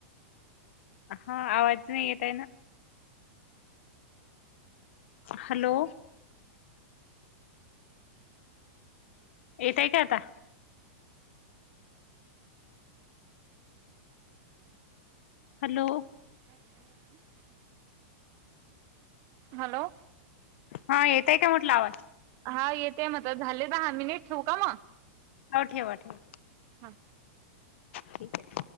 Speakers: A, on the left (about 65°); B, on the right (about 45°).
A: हा आवाज नाही येत आहे ना. हॅलो. येतय का आता? हॅलो.
B: <inaudible> हॅलो.
A: हा येतय का म्हटलं आवाज?
B: हा येतेय मग आता झाले दहा मिनिट. ठेवू का मग?
A: हो ठेवा ठेवा.
B: हा.
A: ठीक आहे.